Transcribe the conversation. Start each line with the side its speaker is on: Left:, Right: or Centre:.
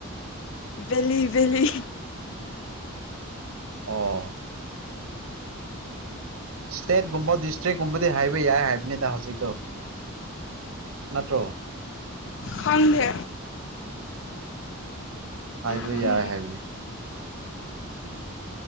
Left: ꯕꯂꯤ ꯕꯦꯂꯤ
Right: ꯑꯣ ꯏꯁꯇꯦꯠꯀꯨꯝꯕ ꯗꯤꯁꯇ꯭ꯔꯤꯛꯀꯨꯝꯕꯗꯤ ꯍꯥꯏꯕ ꯌꯥꯏ ꯍꯥꯏꯕꯅꯤꯗ ꯍꯧꯖꯤꯛꯇꯣ ꯅꯠꯇ꯭ꯔꯣ
Left: ꯐꯟꯗꯦ
Right: ꯍꯥꯏꯕ
Left: ꯈꯪꯗꯦ
Right: ꯌꯥꯏꯦ ꯍꯥꯏꯕꯅꯤ